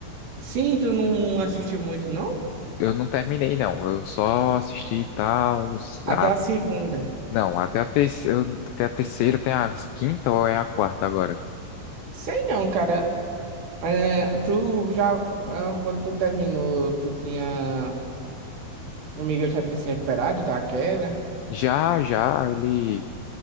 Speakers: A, on the right; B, on the left.
A: Sim, tu não assistiu muito, não?
B: eu não terminei não, eu só assisti e tal,
A: Até
B: a,
A: a segunda.
B: não, até a, terce- eu- até a terceira, tem a quinta ou é a quarta agora?
A: Sei não, cara. É, tu já. ah, Quando tu terminou, tu tinha. O Miguel já tinha se recuperado da queda.
B: Já, já, ele...